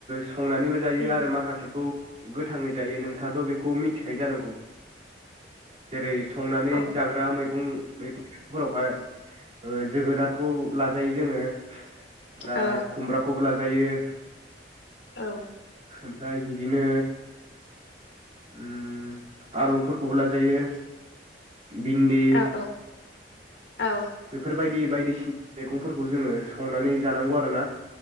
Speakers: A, on the right; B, on the left.
A: संनानैबो जायो
B: उम
A: आरो माखासेखौ गोथाङै जायो नोंथाङाथ' बेखौ मिथिखायो जानांगौ जेरै संनानै
B: औ
A: जाग्रा मैगं मैगंफोरावहाय जोगोनारखौ लाजायो जोङो <inaudible> ओमफ्राय
B: औ
A: खुमब्राखौबो लाजा जायो।
B: औ।
A: ओमफ्राय बिदिनो उम आलुफोरखौबो लाजायो। बिन्दि
B: औ औ
A: बेफोरबायदि बायदिसिना मैगंफोरखौ जोङो संनानै जानांगौ आरोना।